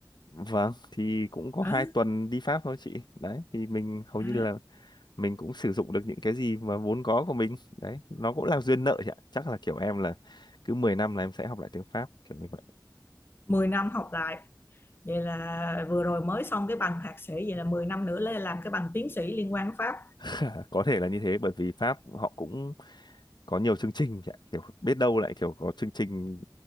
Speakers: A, on the left; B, on the left.
A: vâng thì cũng có
B: À,
A: hai tuần đi Pháp thôi chị đấy thì mình hầu
B: à,
A: như là mình cũng sử dụng được những cái gì mà vốn có của mình đấy nó cũng là duyên nợ chị ạ chắc là kiểu em là cứ 10 năm là em sẽ học lại tiếng Pháp kiểu như vậy
B: 10 năm học lại Vậy là vừa rồi mới xong cái bằng thạc sĩ vậy là 10 năm nữa lên làm cái bằng tiến sĩ liên quan Pháp.
A: à, có thể là như thế bởi vì Pháp họ cũng có nhiều chương trình chị ạ kiểu biết đâu lại kiểu có chương trình